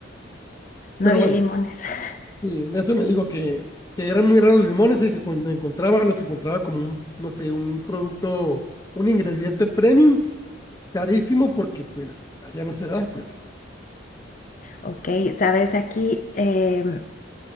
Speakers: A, on the left; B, on the left.
A: No
B: Pero
A: había
B: bueno,
A: limones. <laughs>
B: sí, de eso me digo que, que eran muy raros los limones y que cuando encontraba los encontraba como un, no sé, un producto, un ingrediente premium, carísimo porque pues allá no se da, pues
A: Ok, sabes, aquí em,